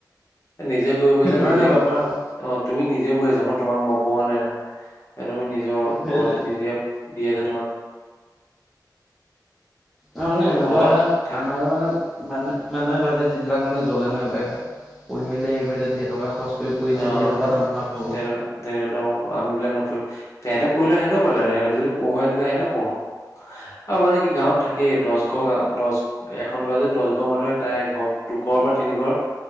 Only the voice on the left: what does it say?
নিজে কৰিব পাৰিছা
নিজে
অ' তুমি নিজে বৈহ আছা মই তোমাক মই পঢ়োৱা নাই নাই তুমি নিজৰ
ঘৰত নিজে দি আছে তোমাক।
এইটো
ঘৰত
থাকে
অ'
দে
তেৰৰ আমি বিলাক ন তেহেঁত পঢ়লেে সিহঁও পালে সহঁক যদি পঢ়োৱ তেতি সিহতে পঢ়ো আৰু মানে কি গাঁৱত থাকে কেই দহ ঘৰ গাঁও দহ এখন গাঁও যদি দহ ঘৰ মতেতে তাই এঘৰ দুঘৰ বা তিনি ঘৰ।